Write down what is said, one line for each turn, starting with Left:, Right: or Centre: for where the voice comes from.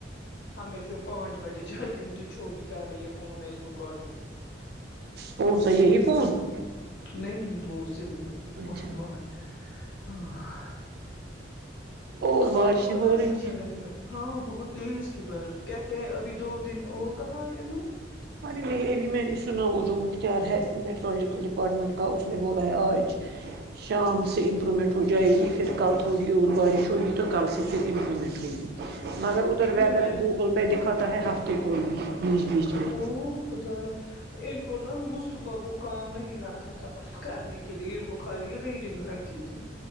Left: ہمیں پھر پانچ بجے جائے گی مجھے چھوٹی کر رہی یہ فون میں اس کو کاٹوں
Right: فون صحی ہے ہی فون <inaudible>
Left: نہیں وہ سمپل ب
Right: اچھا
Left: وہر ہاں <inaudible>
Right: اور
Left: تو
Right: بارشیں
Left: آپ کو مت
Right: ہو
Left: ہے
Right: رہی
Left: اچھا نہیں ہو ہاں بہت تیز کی برف کہتے ہیں ابھی دو دن وہ کہا انہوں
Right: ارے نہیں ابھی میں نے سنا وہ جو مختیار ہے میٹرالوجیکل ڈپارٹمنٹ کا اس نے بولا ہے آج شام سے امپرومنٹ ہو جائے گی پھر کل تھوڑی اور بارش ہوگی تو کل سے پھر امپرومنٹ ہوگی مگر ادھر
Left: نہیں
Right: ویدر
Left: میں
Right: گوگل پہ دکھاتا ہے ہفتے کو بھی بیچ بیچ میں
Left: <inaudible> ان کو نا مصطفی کو کام نہیں رکھا تھا کرنے کے لیے ان کو خالی ریڈنگ رکھی تھی